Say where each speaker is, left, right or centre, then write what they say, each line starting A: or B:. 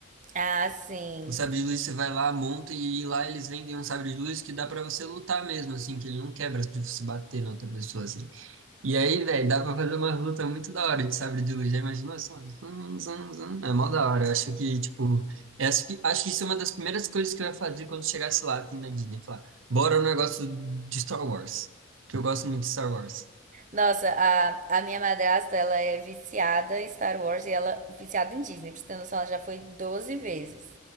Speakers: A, on the right (about 40°); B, on the right (about 85°).
A: Ah, sim.
B: O sabre de luz você vai lá, monta e lá eles vendem um sabre de luz que dá pra você lutar mesmo, assim, que ele não quebra de você bater na outra pessoa, assim. E aí, velho, dá pra fazer uma luta muito da hora de sabre de luz. Já imaginou assim? ó, zum, zum, zum. É mó da hora. Eu acho que, tipo, é, acho que, acho que isso é uma das primeiras coisas que eu ia fazer quando chegasse lá assim, na Disney. Falar, bora no negócio de Star Wars. Que eu gosto muito de Star Wars.
A: Nossa, a, a minha madrasta, ela é viciada em Star Wars e ela é viciada em Disney. Pra você ter noção, ela já foi 12 vezes.